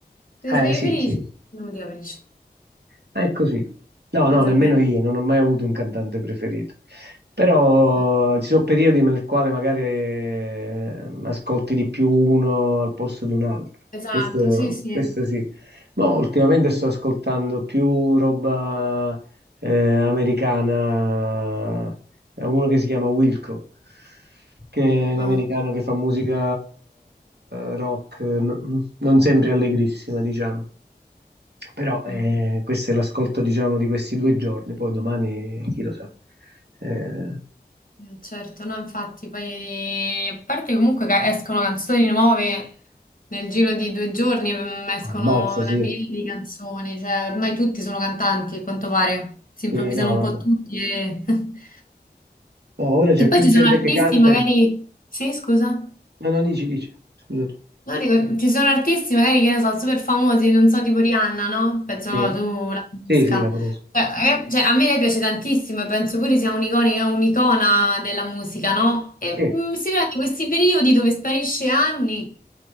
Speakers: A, on the left (about 55°); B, on the right (about 75°).
A: Se
B: Eh,
A: mi sveglio
B: sì,
A: felice,
B: sì.
A: musica felice,
B: È così. No,
A: sostanzialmente.
B: no, nemmeno io, non ho mai avuto un cantante preferito. Però
A: Eh,
B: ci sono periodi nel quale magari eh, ascolti di più uno al posto di un altro.
A: Esatto,
B: Questo,
A: sì, sì.
B: questo sì. Ma ultimamente sto ascoltando più roba eh, americana. È uno che si chiama Wilco, che è un
A: Ah,
B: americano che fa musica eh, rock, n- non sempre allegrissima, diciamo. Però eh,
A: mm.
B: questo è l'ascolto, diciamo, di questi due giorni, poi domani chi lo sa. Eh,
A: Eh, Certo, no, infatti, poi a parte comunque che escono canzoni nuove nel giro di due giorni, mm, escono
B: ammazza,
A: una
B: sì.
A: miriade di canzoni, cioè ormai tutti sono cantanti, a quanto pare, si
B: Sì,
A: improvvisano
B: no,
A: un
B: vabbè.
A: po' tutti e, <laughs>
B: No, ora c'è
A: e poi
B: più
A: ci
B: gente
A: sono artisti
B: che canta.
A: magari... Sì, scusa?
B: No, no, dici, dici. Scusa tu.
A: No, dico, ci sono artisti magari che ne so, super famosi, non so, tipo Rihanna, no? Penso
B: Sì,
A: tu la conosca.
B: sì, sì, la conosco.
A: Cioè, eh, cioè, a me lei piace tantissimo e penso pure sia un'iconica, un'icona della musica, no? E
B: Sì,
A: mm, si vede questi periodi dove sparisce anni.